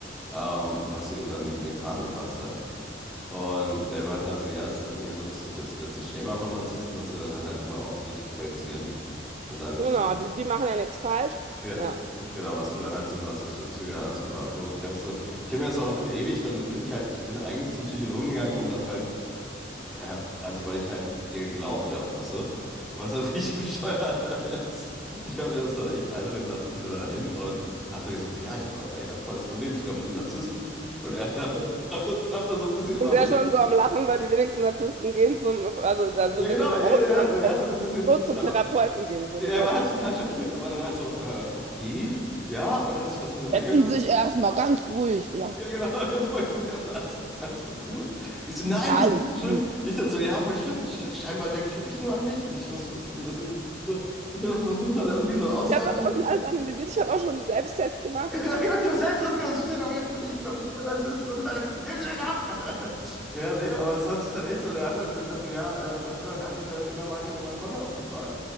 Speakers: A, in the centre; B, on the right.
A: ähm, was ihr dann nicht in den Kram gepasst hat. Und der meinte dann so, ja, das ist irgendwie so das, das letzte Schema von Narzissten, dass sie dann halt immer auf dich projizieren und sagen,
B: Genau,
A: dass du
B: die, die machen ja nichts falsch.
A: ja,
B: Ja.
A: genau, dass du dann halt so narzisstische Züge hast und bla bla. Und ich habe dann, ich habe mir das auch noch ewig, dann bin ich halt, ich bin eigentlich zum Psychologen gegangen, um das halt, äh, also weil ich halt ihr geglaubt habe, weißt du? Was dann richtig <laughs> bescheuert ist. Ich habe mir das dann echt einreden lassen, bin dann dahin und hab dann gesagt, so, ja, ich habe ich hab voll das Problem, ich glaube, ich bin Narzisst. Und er hat hab das, hab das so ein bisschen über
B: Und der
A: mich
B: schon
A: erzählt.
B: so am Lachen, weil die wenigsten Narzissten gehen zum, also da ist
A: Ja, genau,
B: wirklich eine
A: ja,
B: Ausnahme,
A: ja, also er hat dann so ein bisschen,
B: die so zum
A: aber
B: Therapeuten gehen würde,
A: er
B: weißt
A: war halt
B: du.
A: total schockiert und war dann halt so, äh, okay. Ja, und hat sich das mit angehört
B: Setzen sich erstmal ganz ruhig, ja.
A: Ja, genau. <laughs> Der freut sich, also alles, alles wird gut. Ich so, nein,
B: Alles
A: das ist schlimm.
B: gut.
A: Ich dann so, ja, voll schlimm. Ich, scheinbar denke ich wirklich nur an mich und ich versuche das dann, was ich, so- ich versuche dann irgendwie so auszuarbeiten.
B: Ich habe das auch schon alles analysiert. Ich habe auch schon einen Selbsttest gemacht.
A: <laughs> Ja, genau, ich habe selbst das gehört. Es steht auf jeden Fall, ich bin auf jeden Fall Narzisst. Und dann, nehmen Sie mich ab! <laughs> Ja, nee, aber es hat sich dann echt so, der hat dann irgendwann so, ja, äh, und hat, dann- hat mich dann halt immer weiter über meine Freundin ausgefragt.